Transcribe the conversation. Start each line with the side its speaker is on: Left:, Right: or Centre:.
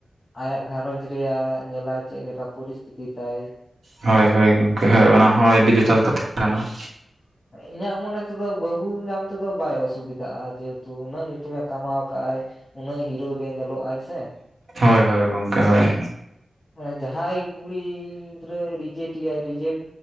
Left: ᱟᱭᱟᱜ ᱜᱷᱟᱨᱚᱸᱡᱽ ᱨᱮᱭᱟᱜ ᱧᱮᱞᱟᱭ ᱪᱮᱫ ᱞᱮᱠᱟ ᱯᱚᱨᱤᱥᱛᱷᱤᱛᱤ ᱛᱟᱭ?
Right: ᱦᱳᱭ
Left: ᱦᱮᱸᱥᱮ
Right: ᱦᱳᱭ ᱜᱚᱝᱠᱮ ᱦᱳᱭ ᱚᱱᱟ ᱦᱚᱸ ᱟᱹᱰᱤ
Left: ᱦᱩᱸ
Right: ᱡᱚᱛᱷᱟᱛ ᱠᱟᱛᱷᱟ ᱠᱟᱱᱟ ᱾
Left: ᱤᱧᱟᱹᱜ ᱢᱚᱱᱮ ᱛᱮᱫᱚ ᱵᱟᱹᱦᱩ ᱧᱟᱢ ᱛᱮᱫᱚ ᱵᱟᱭ ᱚᱥᱩᱵᱤᱫᱷᱟᱜᱼᱟ᱾ ᱡᱮᱦᱮᱛᱩ ᱩᱱᱟᱹᱜ ᱧᱩᱛᱩᱢᱮ ᱠᱟᱢᱟᱣ ᱠᱟᱜ-ᱟᱭ᱾ ᱩᱱᱟᱹᱜ ᱦᱤᱨᱳ ᱜᱮ ᱧᱮᱞᱚᱜ ᱟᱭ ᱥᱮ᱾
Right: ᱦᱳᱭ ᱦᱳᱭ ᱜᱚᱝᱠᱮ ᱦᱳᱭ᱾
Left: ᱢᱟᱱᱮ ᱡᱟᱦᱟᱸᱭ ᱠᱩᱲᱤ ᱜᱤᱫᱽᱨᱟᱹᱭ ᱨᱤᱡᱮᱠᱴ ᱮᱭᱟᱭ ᱨᱤᱡᱮᱠᱴ